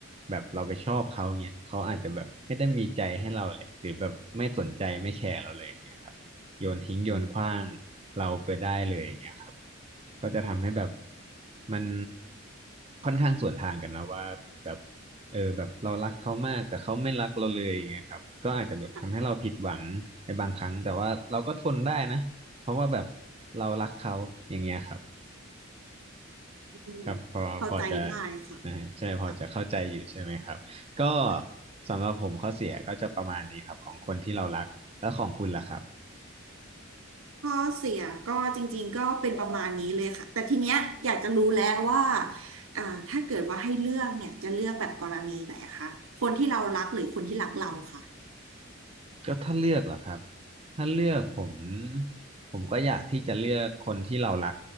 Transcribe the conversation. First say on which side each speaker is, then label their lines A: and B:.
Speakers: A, on the right; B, on the right.
A: แบบเราไปชอบเขาเนี่ยเขาอาจจะแบบไม่ได้มีใจให้เราเลยหรือแบบไม่สนใจไม่แคร์เราเลยอย่างเนี่ยครับ โยนทิ้งโยนขว้าง
B: อืม
A: เราไปได้เลยอย่างเงี้ยครับก็จะทำให้แบบมันค่อนข้างสวนทางกันนะว่าแบบเออแบบเรารักเขามากแต่เขาไม่รักเราเลยอย่างเงี้ยครับก็อาจจะแบบทำให้เราผิดหวังในบางครั้งแต่ว่าเราก็ทนได้นะเพราะว่าแบบ
B: ค่ะ
A: เรารักเขาอย่างเงี้ยครับ
B: อืม
A: <laughs> ครับพอพอจะ
B: เข้าใจได้ค่ะ
A: อ่าใช่พอจะเข้าใจอยู่ใช่ไหมครับก็
B: ค่ะ
A: สำหรับผมข้อเสียก็จะประมาณนี้ครับของคนที่เรารักแล้วของคุณล่ะครับ
B: ข้อเสียก็จริงๆก็เป็นประมาณนี้เลยค่ะแต่ทีเนี้ยอยากจะรู้แล้วว่าอ่าถ้าเกิดว่าให้เลือกเนี่ยจะเลือกแบบกรณีไหนคะคนที่เรารักหรือคนที่รักเราค่ะ
A: ก็ถ้าเลือกเหรอครับถ้าเลือกผมผมก็อยากที่จะเลือกคนที่เรารัก